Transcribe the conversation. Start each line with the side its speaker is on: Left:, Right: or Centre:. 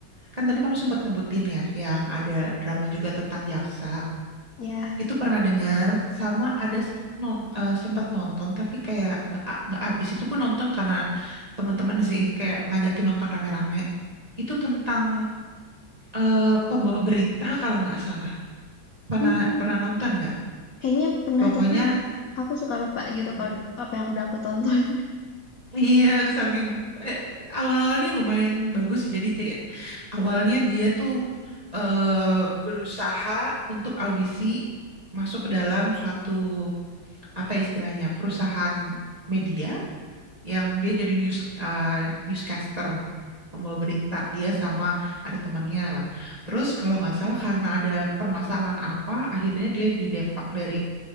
Right: kan tadi kamu sempat nyebutin ya, yang ada drama juga tentang jaksa.
Left: Ya,
Right: Itu pernah dengar sama ada s- non, eh, sempat nonton tapi kayak nggak a- nggak abis itu pun nonton karena teman-teman sih kayak ngajakin nonton rame-rame. Itu tentang eh, pembawa berita kalau nggak salah. Pernah
Left: hmm
Right: pernah nonton nggak?
Left: kayaknya pernah
Right: Pokoknya
Left: tuh kan aku suka lupa gitu
Right: mm,
Left: kalau apa yang udah aku tonton
Right: iya kesangking eh, awal-awalnya lumayan bagus jadi kayak awalnya dia tuh eh, berusaha untuk audisi masuk ke dalam suatu apa istilahnya perusahaan media yang dia jadi news eh, newscaster pembawa berita dia sama ada temannya lah terus kalau nggak salah karena ada permasalahan apa akhirnya dia didepak dari